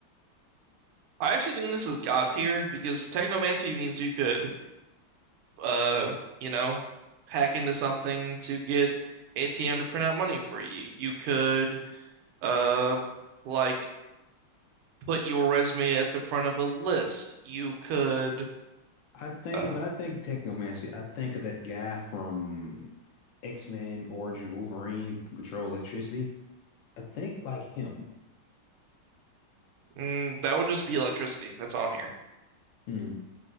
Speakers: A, on the right (about 85°); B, on the left (about 75°).
A: I actually think this is God tier because technomancy means you could, uh, you know, hack into something to get ATM to print out money for you. You could, uh, like put your resume at the front of a list. You could,
B: I think
A: uh,
B: when I think technomancy, I think of that guy from X-Men Origins Wolverine who can control electricity. I think like him.
A: mm, that would just be electricity. That's on here.
B: Hmm.